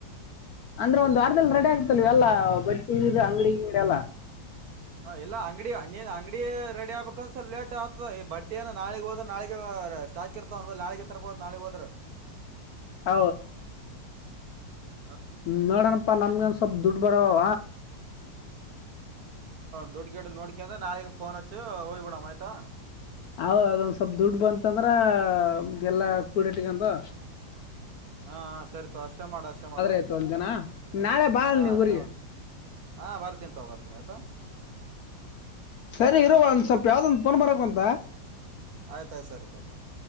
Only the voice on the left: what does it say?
ಅಂದ್ರೆ ಒಂದ್ ವಾರದಲ್ಲಿ ರೆಡಿ ಆಗ್ತಲ್ವ ಎಲ್ಲ ಬಟ್ಟಿ ಇದು ಅಂಗಡಿದೆ ಎಲ್ಲಾ
ಹ
ಹ್ಮ ನೋಡಣ ಅಪ್ಪಾ ನಮ್ಗಂದ ಸ್ವಲ್ಪ ದುಡ್ಡು ಬರವ
ಹದ ಅದೊಂದ ಸ್ವಲ್ಪ್ ದುಡ್ ಬಂತಂದ್ರ ಎಲ್ಲಾ ಕೂಡಟ್ಟಗಂದು
ಆಯ್ತು ಒಂದ್ ದಿನ ನಾಳೆ ಬಾ
ನೀ
ಊರಿಗೆ
ಸರಿ
ಇರುವೋ ಒಂದ್ ಸ್ವಲ್ಪ ಯಾವ್ದೊಂದ ಪಫೋನ್ ಬರಕ್ಂತ